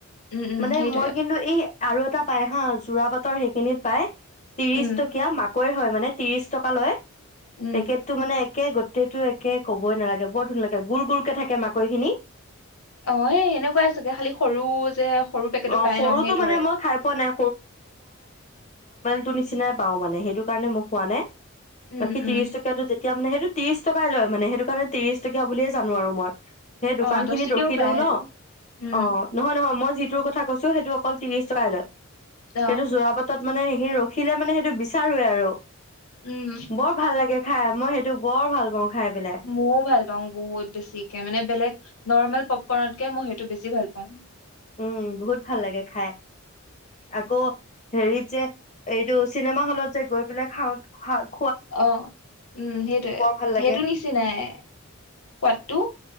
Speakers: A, on the left; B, on the left.
A: উম, উম,
B: মানে
A: সেইটোৱে
B: মই কিন্তু এই। আৰু এটা পায় হা যোৰা বাটৰ সেইখিনিত পায়। তিৰিচ
A: উম,
B: টকীয়া মাক হয়, হয়, মানে ত্ৰিশ টকা লয়।
A: উম,
B: পেকেটটো মানে একে গোটেটো একে ক'বই নালাগে বৰ <unintelligible> লাগে গুল গুলকে থাকে <unintelligible> কৈখিনি
A: অ', এই এনেকুৱাই চাগে খালি সৰু যে সৰু পেকেটটো
B: অ
A: পায়
B: সৰুটো
A: ন' সেইটোৰে।
B: মানে মই খাই পোৱা নাই টো নিচিনাই পাওঁ মানে সেইটো কাৰণে মই খোৱা নাই।
A: উম,
B: বাকী
A: উম,
B: ত্ৰিশ টকীয়াটো যেতিয়া এতিয়া মানে সেইটো ত্ৰিশ টকাই লয় মানে সেইটো কাৰণে ত্ৰিশ টকীয়া বুলিয়ে জানো আৰু মই। সেই দোকান
A: অ', দহ
B: খিনিত
A: টকীয়াও
B: ৰখি
A: পায়
B: লওঁ
A: সেইটো
B: ন'
A: উম,
B: অ', নহয়, নহয় মই। যিটোৰ কথা কৈছো সেইটো অকল ত্ৰিশ টকাই লয়।
A: অ',
B: সেইটো যোৰাবাটত মানে সেইখিনি ৰখিলে মানে সেইটো বিচাৰোৱে আৰু।
A: উম,
B: বৰ ভাল লাগে। খাই মই সেইটো বৰ ভাল পাওঁ। খাই পেলাই
A: মও ভাল পাওঁ বহুত বেছিকে মানে বেলেগ নৰ্মেল প'পকৰ্ণতকে মই সেইটো বেছি ভাল পাওঁ।
B: উম, বহুত ভাল লাগে খাই আকৌ হেৰিত যে এইটো চিনেমা হ'লত যে গৈ পেলাই খাওঁ খ
A: অ', উম, সেইটোৱে
B: ভাল লাগে
A: সেইটো নিচিনাই সোৱাদটো।